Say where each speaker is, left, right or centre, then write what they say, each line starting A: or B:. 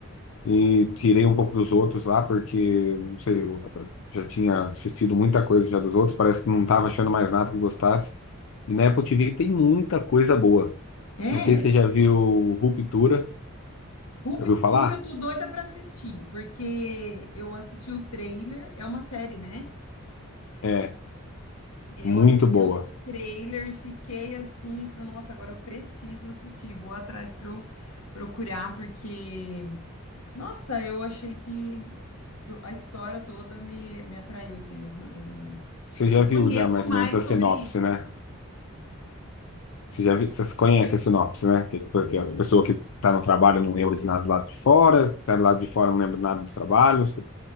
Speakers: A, on the left; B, on the left.
A: e tirei um pouco dos outros lá, porque, não sei, eu já tinha assistido muita coisa já dos outros, parece que não tava achando mais nada que gostasse. E na Apple TV tem muita coisa boa.
B: é.
A: Não sei se você já viu Ruptura,
B: Ruptura,
A: já ouviu falar?
B: eu tô doida pra assistir, porque eu assisti o trailer, é uma série, né?
A: É,
B: Eu
A: muito
B: assisti
A: boa.
B: o trailer e fiquei assim, falei, nossa, agora eu preciso assistir, vou atrás para procurar, porque, nossa, eu achei que eu- a história toda me, me atraiu, assim, mas não,
A: Você já
B: não
A: viu
B: conheço
A: já mais
B: mais
A: ou menos a
B: sobre
A: sinopse,
B: isso,
A: né?
B: né?
A: Você já viu, você conhece a sinopse, né? Que, tipo, que a pessoa que está no trabalho não lembra de nada do lado de fora, está do lado de fora não lembra de nada do trabalho. Você